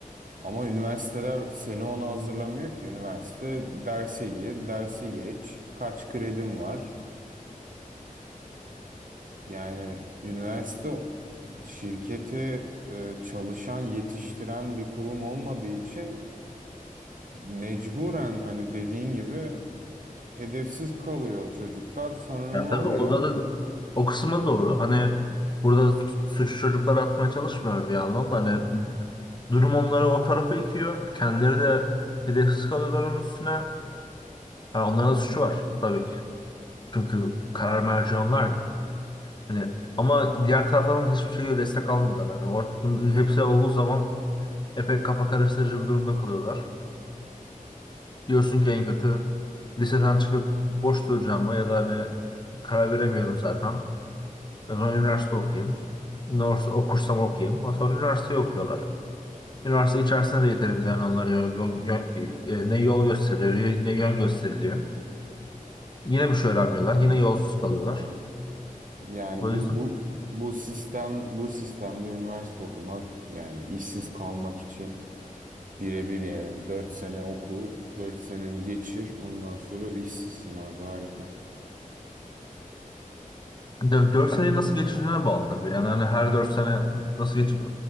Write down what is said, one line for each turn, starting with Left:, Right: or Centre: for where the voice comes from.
Right: Ama üniversiteler seni ona hazırlamıyor ki. Üniversite derse gir, dersi geç, kaç kredim var. Yani üniversite şirketi e, çalışan, yetiştiren bir kurum olmadığı için mecburen hani dediğin gibi hedefsiz kalıyor çocuklar. Sonra
Left: Ya
Right: ne oluyor?
Left: tabii orada da o kısma doğru. Hani burada suçu çocuklara atmaya çalışmıyorum bir yandan da hani Durum onları o tarafa itiyor. Kendileri de hedefsiz kalıyorlar onun üstüne. Yani onların da suçu var tabii ki. Çünkü karar merci onlar ya. Hani ama diğer taraftan da hiçbir şekilde destek almıyorlar. Yani ortada hepsi olduğu zaman epey kafa karıştırıcı bir durumda kalıyorlar. Diyorsun ki en kötü liseden çıkıp boş duracağıma ya da hani karar veremiyorum zaten. O zaman üniversite okuyayım. Üniversite okursam okuyayım. Ama sonra üniversiteyi okuyorlar. Üniversite içerisinde de yeterince yani onlara yol, yol- yol- e, ne yol gösteriliyor ne yön gösteriliyor. Yine bir şey öğrenmiyorlar. Yine yolsuz
Right: Yok
Left: kalıyorlar.
Right: abi. Yani
Left: O
Right: bu
Left: yüzden
Right: bu bu sistem bu sistemde üniversite okumak yani işsiz kalmak için birebir yani 4 sene oku, 4 seneni geçir, ondan sonra işsizsin abi harika.
Left: 4 seneyi nasıl geçirdiğine bağlı tabii. Yani hani her 4 sene nasıl geçir